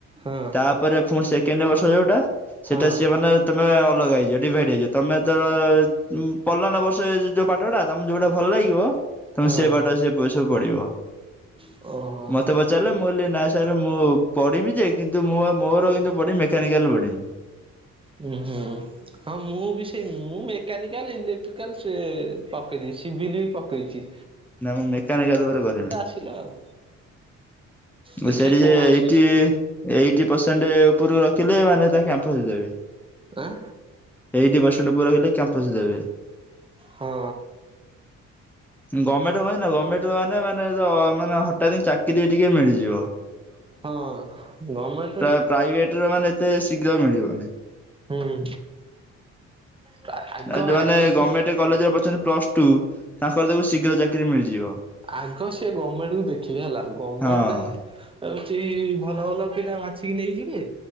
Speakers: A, on the right; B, in the centre.
A: ହଁ
B: ତା ପରେ ପୁଣି ସେସେଣ୍ଡ ଇୟର ବର୍ଷ ଯୋଉ ଟା ସେଇଟା
A: ହଁ
B: ସିଏ ମାନେ ତମେ ଅଲଗା ହେଇଯିବ ଡିଭାଇଡ ହେଇଯିବ। ତମେ ତର ପଲନ ନା ବର୍ଷେ ଯୋଉ ପାଟ ଟା ତମକୁ ଯୋଉଟା ଭଲ ଲାଗିବ ତମେ
A: ହଁ ହଁ
B: ସେ ବାଟ ସେ ସବୁ ପଡିବ।
A: ଓହୋ।
B: ମତେ ତେ ପଚାରିଲେ ମୁଁ କଲି ନା ସାର୍ ମୁଁ ପଢ଼ିବି ଯେ କିନ୍ତୁ ମୁଁ ଆଉ ମୋର କିନ୍ତୁ ପଢି ମେକାନିକାଲ ପଢମି।
A: ହୁଁ ହୁଁ। ହଁ ମୁଁ ବି ସେଇ ମୁଁ ମେକାନିକାଲ ଇଲେକ୍ଟ୍ରିକାଲ ସେ ପକେଇ ଦେଇଚି ସିଭିଲ୍ ବି ପକେଇଚି।
B: ନା ମୁଁ ମେକାନିକାଲ ଉପରେ କରିମି।
A: ଥିଲା ଆଉ। ଦେଖିବା
B: ମୁଁ ସିଆଡେ
A: କଣ
B: ଯାଏ
A: ଆସୁଛି
B: ଟିକେ। ଏଇଟି ପରସେଣ୍ଟେ ଉପୁରୁକୁ ରଖିଲେ ମାନେ ତା କ୍ୟାମ୍ପସ ଦେବେ।
A: ଆଁ
B: ଏଇଟି ପରସେଣ୍ଟେ ଉପୁରୁକୁ ରଖିଲେ କ୍ୟାମ୍ପସ୍ ଦେବେ।
A: ହଁ
B: ଗମେଣ୍ଟ କୁ ନା ଗମେଣ୍ଟେ ମାନେ- ମାନେ- ଅ-ମାନେ ହଠାତେ ହିଁ ଚାକିରି ଟିକେ ମିଳିଯିବ।
A: ହଁ -ଗମେଣ୍ଟ୍
B: ତା-ପ୍ରାଇଭେଟ୍ ରେ ମାନେ ଏତେ ଶୀଘ୍ର ମିଳିବନି।
A: ହୁଁ। ଆଗ
B: ଆ- ଯଉମାନେ
A: ଆଗ ସେ
B: ଗମେଣ୍ଟେ କଲେଜରେ ପଢୁଚନ୍ତି ପ୍ଲସ୍ ଟୁ ତାଙ୍କର ଦେଖିବୁ ଶୀଘ୍ର ଚାକିରି ମିଳିଯିବ।
A: ଆଗ ସିଏ ଗମେଣ୍ଟ୍ କୁ ଦେଖିବେ ହେଲା ଗମେଣ୍ଟ୍
B: ହଁ
A: ରେ ଆ-କିଛି ଭଲ ଭଲ ପିଲା ବାଛିିକି ନେଇଯିବେ